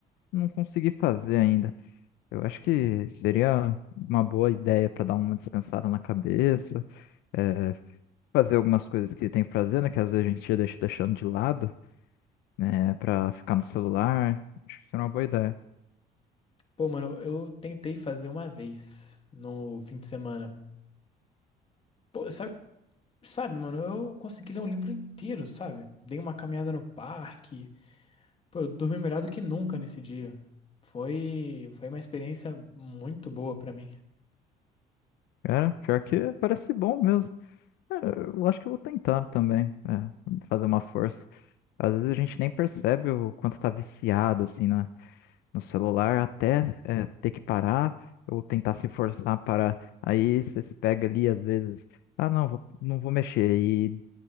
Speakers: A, on the left; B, on the left.
A: não consegui fazer ainda. Eu acho que seria uma boa ideia pra dar uma descansada na cabeça, eh, fazer algumas coisas que tem que fazer, né? Que às vezes a gente deixa deixando de lado. né, pra ficar no celular. Acho que seria uma boa ideia.
B: Pô, mano, eu tentei fazer uma vez no fim de semana. Pô, sabe, sabe, mano, eu consegui ler um livro inteiro, sabe? Dei uma caminhada no parque. Pô, eu dormi melhor do que nunca nesse dia. Foi, foi uma experiência muito boa pra mim.
A: Cara, pior que parece bom mesmo. Cara, eu acho que eu vou tentar também, é, fazer uma força. Às vezes a gente nem percebe o quanto tá viciado, assim, na, no celular, até é, ter que parar ou tentar se forçar para. Aí você se pega ali, às vezes, ah, não, vou, não vou mexer. E